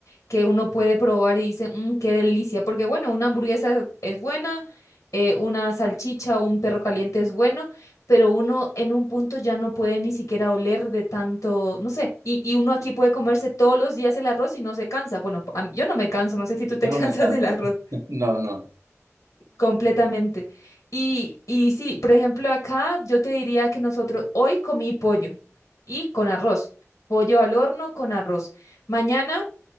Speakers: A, on the left; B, on the right.
A: que uno puede probar y dice, "Mm, qué delicia, porque bueno, una hamburguesa es buena, eh, una salchicha, un perro caliente es bueno, pero uno en un punto ya no puede ni siquiera oler de tanto, no sé, y, y uno aquí puede comerse todos los días el arroz y no se cansa. Bueno, a mí- yo no me canso, no sé si tú te
B: Yo
A: <laughs> cansas
B: no me canso.
A: del arroz
B: <laughs> No, no.
A: completamente. Y, y sí, por ejemplo, acá yo te diría que nosotros hoy comí pollo y con arroz, pollo al horno con arroz. Mañana...